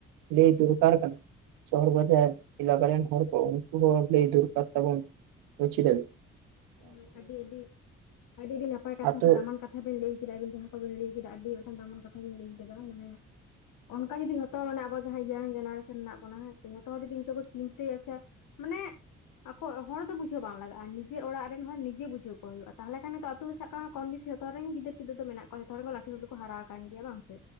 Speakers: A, on the right; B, on the left.
A: ᱞᱟᱹᱭ ᱫᱚᱨᱠᱟᱨ ᱠᱟᱱᱟ। ᱥᱚᱦᱚᱨ ᱵᱟᱡᱟᱨ ᱮᱞᱟᱠᱟ ᱨᱮᱱ ᱦᱚᱲ ᱠᱚ ᱩᱱᱠᱩ ᱦᱚᱸ ᱞᱟᱹᱭ ᱫᱚᱨᱠᱟᱨ। ᱮᱵᱚᱝ <unintelligible>
B: ᱦᱳᱭ, ᱟᱹᱰᱤ ᱟᱹᱰᱤ ᱟᱹᱰᱤ ᱟᱹᱰᱤ ᱜᱮ ᱱᱟᱯᱟᱭ ᱠᱟᱛᱷᱟ
A: ᱟᱛᱳ
B: ᱥᱮ ᱫᱟᱢᱟᱱ ᱠᱟ ᱠᱟᱛᱷᱟ ᱵᱤᱱ ᱞᱟᱹᱭ ᱠᱮᱫᱟ ᱟᱵᱤᱱ ᱡᱟᱦᱟᱸ ᱠᱚᱵᱤᱱ ᱞᱟᱹᱭ ᱠᱮᱫᱟ ᱟᱹᱰᱤ ᱢᱤᱫᱴᱟᱝ ᱫᱟᱢᱟᱱ ᱠᱟᱛᱷᱟ ᱵᱤᱱ ᱞᱟᱹᱭ ᱠᱮᱫᱟ ᱢᱟᱱᱮ ᱚᱱᱠᱟ ᱡᱩᱫᱤ ᱡᱷᱚᱛᱚ ᱢᱟᱱᱮ ᱟᱵᱚ ᱡᱟᱦᱟᱸᱭ ᱡᱮᱱᱟᱨᱮᱥᱚᱱ ᱢᱮᱱᱟᱜ ᱵᱚᱱᱟ ᱦᱮᱸᱥᱮ ᱡᱷᱚᱛᱚ ᱦᱚᱲ ᱡᱩᱫᱤ ᱤᱱᱠᱟᱹ ᱠᱚ ᱪᱤᱱᱛᱟᱹᱭᱟ ᱥᱮ ᱢᱟᱱᱮ ᱟᱠᱚ ᱦᱚᱲ ᱫᱚ ᱵᱩᱡᱷᱟᱹᱣ ᱵᱟᱝ ᱞᱟᱜᱟᱜᱼᱟ ᱱᱤ ᱡᱮ ᱚᱲᱟᱜ ᱨᱮᱱ ᱦᱚᱲ ᱱᱤᱡᱮ ᱵᱩᱡᱷᱟᱹᱣ ᱠᱚ ᱦᱩᱭᱩᱜᱼᱟ, ᱛᱟᱦᱟᱞᱮ ᱠᱷᱟᱱ ᱱᱤᱛᱚᱜ ᱟᱛᱩ ᱨᱮ ᱥᱟᱵ ᱠᱟᱜ ᱢᱮ ᱠᱚᱢ ᱵᱤᱥᱤ ᱡᱷᱚᱛ ᱨᱮᱱ ᱜᱤᱫᱟᱹᱨ ᱯᱤᱫᱟᱹᱨ ᱫᱚ ᱢᱮᱱᱟᱜ ᱠᱚ ᱡᱷᱚᱛᱚ ᱜᱮ ᱞᱟᱴᱷᱩ ᱞᱟᱴᱷᱩ ᱠᱚ ᱦᱟᱨᱟ ᱠᱟᱱ ᱜᱮᱭᱟ ᱵᱟᱝ ᱥᱮ?